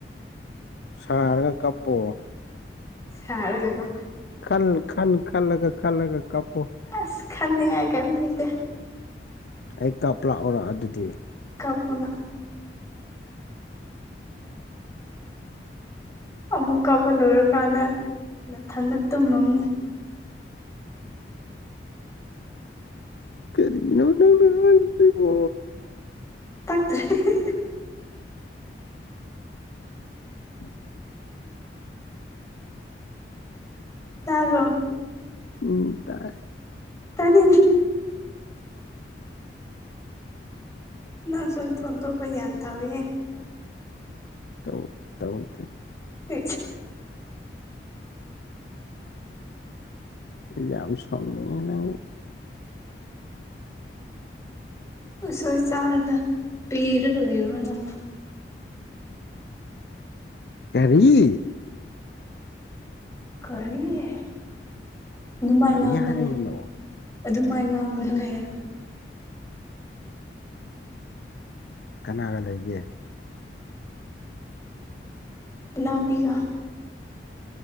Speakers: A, on the left; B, on the left.
A: ꯁꯥꯔꯒ ꯀꯞꯄꯣ
B: ꯍꯔ ꯍꯦꯒ
A: ꯈꯜ ꯈꯜ ꯈꯜꯂꯒ ꯈꯜꯂꯒ ꯀꯄ
B: ꯑꯁ ꯈꯟꯅꯤꯡꯉꯥꯏ ꯀꯩꯝ ꯂꯩꯇꯦ
A: ꯑꯩ ꯀꯥꯞ ꯂꯥꯛꯎꯔꯣ ꯑꯗꯨꯗꯤ
B: ꯀꯕꯨꯅ ꯑꯃꯨꯛ ꯀꯥꯞꯄ ꯂꯣꯏꯔꯀꯥꯟꯗ ꯅꯥꯊꯟꯅ ꯇꯨꯝꯃꯝ
A: ꯀꯔꯤꯅꯣꯅꯅꯕꯣ
B: ꯇꯥꯛꯇꯔꯔꯤ
A: ꯎꯝ
B: ꯇꯥꯒꯣ
A: ꯎꯝ ꯇꯥꯏꯌꯦ
B: ꯇꯅꯤ ꯅꯪ ꯁꯨꯝ ꯊꯣꯡ ꯊꯣꯛꯣꯛꯄ ꯒ꯭ꯌꯥꯟ ꯇꯧꯋꯌꯦ
A: ꯇ ꯇꯧꯦ
B: ꯍ
A: ꯌꯥꯝꯝ ꯁꯝ ꯌꯦꯡꯍ ꯅꯉ
B: ꯎꯁꯣꯏ ꯆꯥꯔꯒ ꯄꯤꯔꯒ ꯂꯩꯔꯨꯔ ꯅꯪ
A: ꯑꯦꯔꯤ
B: ꯀꯔꯤꯦ ꯑꯗꯨꯃꯥꯏ
A: ꯀꯔꯤ
B: ꯉꯥꯡꯒꯅꯦ
A: ꯍꯥꯏꯕꯅꯣ
B: ꯑꯗꯨ ꯃꯥꯏ ꯉꯥꯡꯒꯟꯈꯔ
A: ꯀꯅꯥꯒ ꯂꯩꯒꯦ
B: ꯏꯅꯥꯄꯤꯒ